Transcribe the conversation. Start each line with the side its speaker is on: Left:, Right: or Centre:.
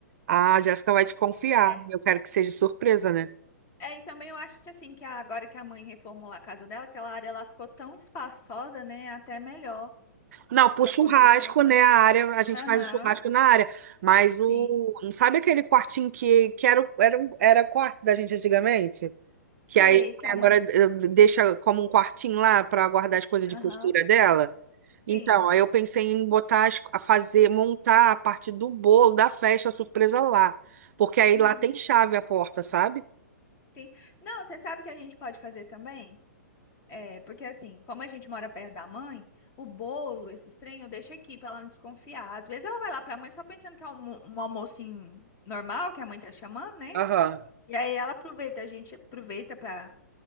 Right: Ah, a Jéssica vai te confiar.
Left: É.
Right: Eu quero que seja surpresa, né?
Left: É, e também eu acho assim que a agora que a mãe reformulou a casa dela, aquela área lá ficou tão espaçosa, né? é Até melhor
Right: Não, pro
Left: para
Right: churrasco,
Left: poder colocar.
Right: né? A área, a gente
Left: Aham,
Right: faz o churrasco na área. Mas o.
Left: sim.
Right: Não sabe aquele quartinho que, que era, o- era, um- era quarto da gente antigamente? Que
Left: Sei
Right: aí
Left: que a
Right: agora
Left: mãe.
Right: eh, deixa como um quartinho lá para guardar as coisas de
Left: Aham,
Right: costura dela? Então,
Left: sim.
Right: aí eu pensei em botar, as- a fazer, montar a parte do bolo da festa surpresa lá. Porque aí
Left: Uhum,
Right: lá tem chave a porta, sabe?
Left: sim. Não, você sabe o que a gente pode fazer também? É, porque assim, como a gente mora perto da mãe, o bolo, esse trem, eu deixo aqui pra ela não desconfiar. Às vezes ela vai lá pra mãe só pensando que é um, um almoço normal, que a mãe tá chamando, né?
Right: Aham.
Left: E aí ela aproveita, a gente aproveita para